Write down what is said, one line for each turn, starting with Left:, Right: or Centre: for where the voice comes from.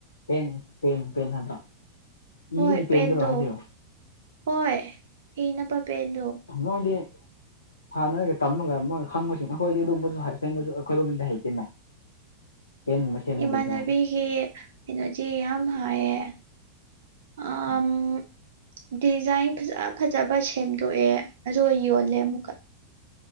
Left: ꯄꯦꯟ ꯄꯦꯟ ꯄꯦꯟ ꯍꯥꯏꯕ
Right: ꯍꯣꯏ
Left: ꯏꯕꯒꯤ ꯄꯦꯟꯗꯨꯔꯣ
Right: ꯄꯦꯟꯗꯣ
Left: ꯍꯥꯏꯁꯤꯔꯣ
Right: ꯍꯣꯏ ꯍꯅꯕ ꯄꯦꯟꯗꯣ
Left: ꯃꯣꯏꯗꯤ ꯍꯥꯟꯅꯥꯒ ꯇꯝꯃꯒ ꯃꯣꯏ ꯈꯪꯕꯁꯤ ꯅꯈꯣꯏꯗꯤ ꯑꯗꯨꯒꯨꯝꯕꯁꯨ ꯍꯩꯇꯦ ꯅꯣꯏꯖꯨ ꯑꯩꯈꯣꯏꯔꯣꯝꯗꯗꯤ ꯍꯩꯇꯦꯅ ꯄꯦꯟꯒꯨꯝꯕ ꯁꯦꯝꯕꯗꯨꯗ
Right: ꯏꯃꯥꯟꯅꯕꯤꯒꯤ ꯀꯩꯅꯣꯖꯤ ꯌꯥꯝ ꯍꯥꯏꯌꯦ ꯑꯝ
Left: ꯎꯝ
Right: ꯗꯤꯖꯥꯏꯟ ꯐꯖ ꯐꯖꯕ ꯁꯦꯝꯗꯣꯛꯑꯦ ꯑꯗꯨꯒ ꯌꯣꯜꯂꯦ ꯑꯃꯨꯛꯀ